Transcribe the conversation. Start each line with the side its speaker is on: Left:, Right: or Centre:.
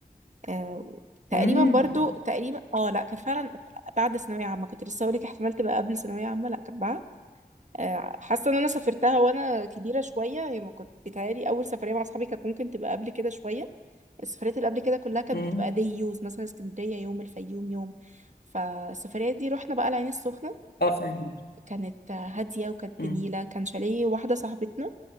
Right: آه تقريبا
Left: امم
Right: برضو تقريبا اه لا كانت فعلا بعد ثانوية عامة كنت لسه هقولك احتمال تبقى قبل ثانوية عامة لا كانت بعد آه حاسة ان انا سافرتها وانا كبيرة شوية يعني ما كنت بيتهيألي اول سفرية مع اصحابي كانت ممكن تبقى قبل كده شوية السفريات اللي قبل كده كلها كانت
Left: امم
Right: بتبقى دي يوز مثلا اسكندرية يوم الفيوم يوم فالسفرية دي رحنا بقى العين السخنة
Left: اه فاهمك
Right: كانت هادية وكانت
Left: امم
Right: جميلة كان شاليه واحدة صاحبتنا